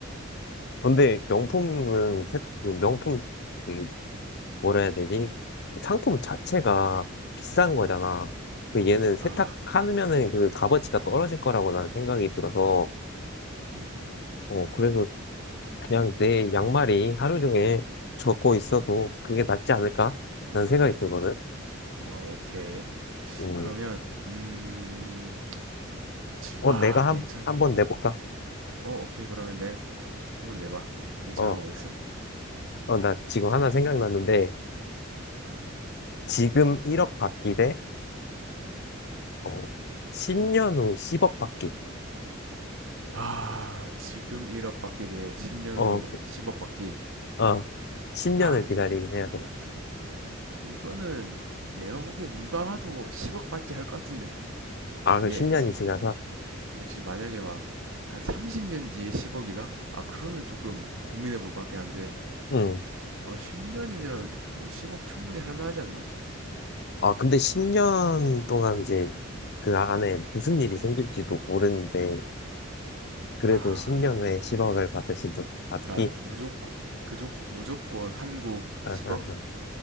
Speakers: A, on the left (about 55°); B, on the right (about 75°).
A: 근데 명품은, 세- 그 명품, 이 뭐라 해야 되지? 상품 자체가 비싼 거잖아.
B: 음.
A: 그 얘는 세탁하면은
B: 아,
A: 그 값어치가 떨어질 거라고 나는 생각이 들어서,
B: 음.
A: 어, 그래서 그냥 내 양말이 하루 종일 젖고 있어도 그게 낫지 않을까? 라는 생각이 들거든.
B: 어, 오케이.
A: 음,
B: 그러면 음.
A: 어,
B: 아,
A: 내가 한,
B: 괜찮네.
A: 한번 내볼까?
B: 어, 오케이. 그러면 내, 한번 내봐. 괜찮은
A: 어,
B: 거 뭐 있어?
A: 어, 나 지금 하나 생각났는데, 지금 1억 받기 대, 어, 10년 후 10억 받기.
B: 아, 지금 1억 받기 대 10년
A: 어,
B: 후 10억 받기.
A: 어, 10년을
B: 아,
A: 기다리긴
B: 이,
A: 해야 돼.
B: 이거는 내가 보기엔 누가 봐도 10억 받기 할 것 같은데?
A: 아,
B: 이게,
A: 그럼 10년이 지나서?
B: 그렇지. 만약에 막, 한 30년 뒤에 10억이다? 아, 그러면 조금 고민해 볼 것 같긴 한데,
A: 응.
B: 어, 10년이면 뭐 10억 충분히 할 만하지 않나?
A: 아, 근데 10년 동안 이제 그 안에 무슨 일이 생길지도 모르는데, 그래도
B: 아,
A: 10년 후에 10억을 받을 수도 받기?
B: 그니까 무조건, 그조 무조건 한국
A: 아,
B: 10억?
A: 아,